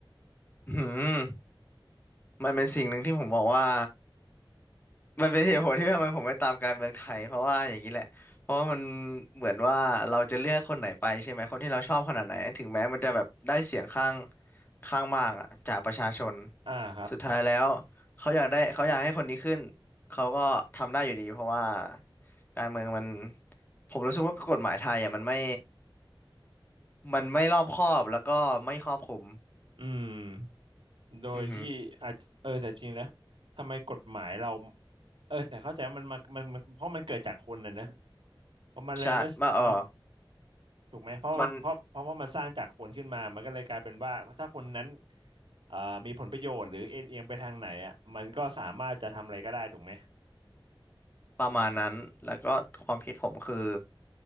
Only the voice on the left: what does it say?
อืม มันเป็นสิ่งหนึ่งที่ผมบอกว่ามันเป็นเหตุผลที่ทำไมผมไม่ตามการเมืองไทยเพราะว่าอย่างนี้แหละเพราะว่ามันเหมือนว่าเราจะเลือกคนไหนไปใช่ไหมคนที่เราชอบขนาดไหนถึงแม้มันจะแบบได้เสียงข้างข้างมากอะจากประชาชน
สุดท้ายแล้วเขาอยากได้เขาอยากให้คนนี้ขึ้นเขาก็ทำได้อยู่ดีเพราะว่าการเมืองมันผมรู้สึกว่ากฎหมายไทยอ่ะมันไม่มันไม่รอบคอบแล้วก็ไม่ครอบคลุม
อือฮึ
ใช่มาเออ
มัน
ประมาณนั้นแล้วก็ความคิดผมคือ